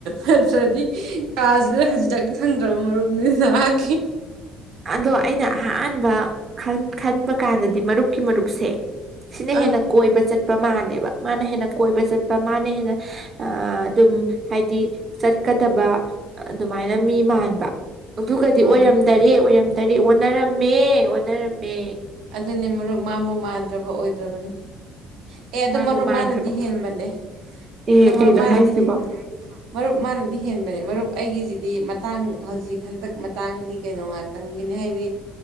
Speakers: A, on the right; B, on the right.
A: ꯅꯠꯇ꯭ꯔꯗꯤ ꯀꯥꯥꯁꯤꯗ ꯍꯖꯤ ꯇ ꯈꯪꯗ꯭ꯔꯕ ꯃꯔꯨꯞꯅꯤ ꯅꯍꯥꯛꯀꯤ
B: ꯑꯗꯣ ꯑꯩꯅ ꯑꯍꯥꯟꯕ ꯈꯟ ꯈꯟꯕ ꯀꯥꯟꯗꯗꯤ ꯃꯔꯨꯞꯀꯤ ꯃꯔꯨꯞꯁꯦ ꯁꯤꯅ ꯍꯦꯟꯅ
A: ꯑꯥ
B: ꯀꯣꯏꯕ ꯆꯠ ꯕ ꯃꯥꯟꯂꯦꯕ ꯃꯥꯅ ꯍꯦꯟꯅ ꯀꯣꯏꯕ ꯆꯠꯄ ꯃꯥꯅ ꯍꯦꯟꯅ ꯑꯥ ꯗꯨꯝ ꯍꯥꯏꯗꯤ ꯆꯠꯀꯗꯕ ꯑꯗꯨꯃꯥꯏꯅ ꯃꯤ ꯃꯥꯟꯕ ꯑꯗꯨꯒꯗꯤ ꯑꯣꯏꯔꯝꯗꯔꯦ
A: ꯑꯥ
B: ꯑꯣꯏꯔꯝꯗꯔꯦ ꯑꯣꯟꯅꯔꯝ ꯃꯦ ꯑꯣꯟꯅꯔꯝꯃꯦ
A: ꯑꯗꯨꯅꯤ ꯃꯔꯨꯞ ꯃꯥꯟꯕꯨ ꯃꯥꯟꯗ꯭ꯔꯕ ꯑꯣꯏꯗ꯭ꯔꯕꯅꯤ ꯑꯦ ꯑꯗꯨ
B: ꯃꯥꯟꯕꯨ
A: ꯃꯔꯨꯞ
B: ꯃꯥꯟꯗ꯭ꯔꯕ
A: ꯃꯥꯅꯗꯤ ꯍꯦꯟꯕꯅꯦ
B: ꯑꯦ
A: ꯑꯗꯣ ꯃꯔꯨꯞ
B: ꯀꯩꯅꯣ
A: ꯃꯥꯅꯗꯤ
B: ꯍꯥꯏꯁꯤꯕꯣ
A: ꯃꯔꯨꯞ ꯃꯥꯅꯗꯤ ꯍꯦꯟꯕꯅꯦ ꯃꯔꯨꯞ ꯑꯩꯒꯤꯖꯤꯗꯤ ꯃꯇꯥꯡ ꯍꯧꯖꯤꯛ ꯍꯟꯗꯛ ꯃꯇꯥꯡꯒꯤ ꯀꯩꯅꯣ ꯉꯥ ꯪ <unintelligible> ꯒꯤꯅꯤ ꯍꯥꯏꯗꯤ